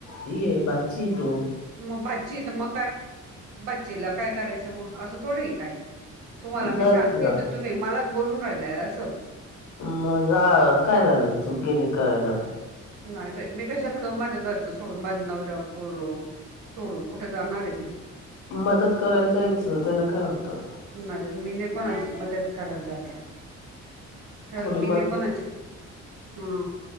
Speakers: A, on the left; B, on the right.
A: हे भाचीये तू
B: मग भाची ये त म काय भाचीला काय करायचं मग असं थोडिये काय तुम्हाला
A: जायचं
B: मी सांगते त तुम्ही मलाच बोलून राहिलाय असं
A: मजा काय झालं तू गेली करायला त
B: नाय बाय मी कशाला जाऊ माझं घरचं सोडून माझ नवऱ्या पोर सोडून कुठ जाणार तमी
A: मदत करायला जायचं त्याला काय होतं.
B: नाय बाई मी नाय कोणाची मदत करायला जात. तर
A: थोडी
B: मी
A: मदत
B: नाय कोणाची हा